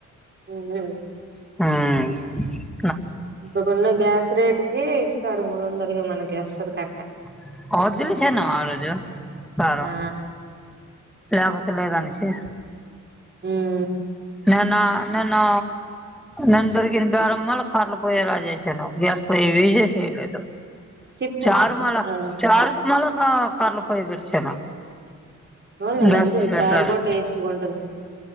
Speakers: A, on the right; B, in the centre.
A: ఉహ్
B: ఉమ్
A: ఇప్పుడుకున్న గ్యాస్ రేటు కి ఇస్తారు మూడు వందలకి మనకి వస్తది కట్ట.
B: <unintelligible> ఆరోజు సారు
A: ఆ
B: లేపోతే లేదానేసి
A: ఉమ్
B: నేన్న నేను నేను దొరికిన బేరమ్మళ కరలు పోయ రాజేసేను, గ్యాస్ పొయ్యివి జేసేయలేదు.
A: తిప్పు
B: చారుమల
A: ఆ
B: చారుకు మళ్ళగా కర్లు పొయ్యి పెట్టేసాను.
A: ఓన్లీ
B: జస్త
A: మంచిది
B: ఇయి పెట్లను
A: చారు కూడా టేస్ట్గా ఉంటది